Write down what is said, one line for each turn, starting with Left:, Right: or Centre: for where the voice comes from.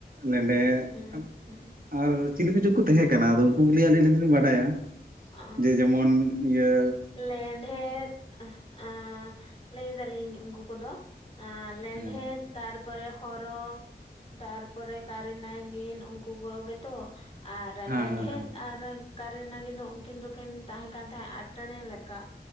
Right: ᱞᱮᱸᱰᱮᱛ
Left: ᱦᱮᱸ ᱦᱮᱸ
Right: ᱟᱨ ᱪᱤᱞᱤ ᱠᱚᱪᱩ ᱠᱚ ᱛᱟᱦᱮᱸ ᱠᱟᱱᱟ ᱟᱫᱚ ᱩᱱᱠᱩ ᱜᱮ ᱟᱹᱞᱤᱧ ᱫᱚᱞᱤᱧ ᱵᱟᱰᱟᱭᱟ᱾
Left: ᱚᱸ
Right: ᱡᱮ ᱡᱮᱢᱚᱱ ᱤᱭᱟᱹ
Left: ᱞᱮᱸᱰᱷᱮᱫ ᱟᱸ ᱞᱟᱹᱭ ᱫᱟᱞᱤᱧ ᱩᱱᱠᱩ ᱠᱚᱫᱚ ᱟᱸ ᱞᱮᱸᱰᱷᱮᱛ
Right: ᱦᱮᱸ
Left: ᱛᱟᱨ ᱛᱟᱨᱯᱚᱨᱮ ᱦᱚᱨᱚ ᱛᱟᱨᱯᱚᱨᱮ ᱠᱟᱨᱤ ᱱᱟᱭᱜᱤᱱ ᱩᱱᱠᱩ ᱠᱚ ᱜᱮᱛᱚ᱾ ᱟᱨ
Right: ᱦᱮᱸ
Left: ᱞᱮᱸᱰᱷᱮᱛ ᱟᱨ ᱠᱟᱹᱨᱤ ᱱᱟᱜᱤᱱ ᱫᱚ, ᱩᱱᱠᱤᱱ ᱫᱚᱠᱤᱱ ᱛᱟᱦᱮᱸ ᱠᱟᱱ ᱛᱟᱦᱮᱸᱫ ᱟᱴᱮᱬᱮ ᱞᱮᱠᱟ᱾